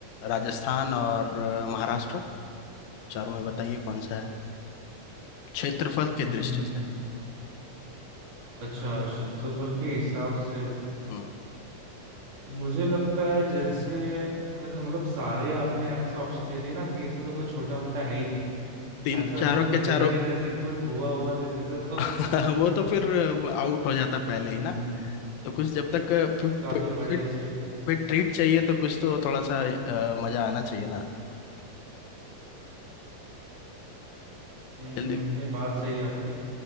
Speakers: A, on the left; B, on the right.
A: राजस्थान और अ, महाराष्ट्र चारों में बताइए कौन सा है क्षेत्रफल की
B: हम्म
A: दृष्टि से
B: अच्छा क्षेत्रफल के हिसाब से
A: हम्म
B: मुझे लगता है जैसे अगर मतलब सारे आपने ऐसे ऑप्शन दे दिए ना कि इसमें तो कोई छोटा मोटा है ही नहीं
A: तीन
B: ऐसा
A: चारों
B: <laughs> कुछ
A: के चारों
B: देना चाहिए था ऐसे कोई गोवा हुआ दे देता तो
A: <laughs> वो
B: <laughs>
A: तो फिर आउट हो जाता पहले
B: हम्म
A: ही ना तो कुछ जब तक
B: काफी
A: फिर
B: बड़े स्टेट है
A: फिर ट्रीट चाहिए तो कुछ तो थोड़ा सा अ, मजा आना चाहिए ना
B: हम्म
A: जल्दी
B: नहीं बात सही है आपकी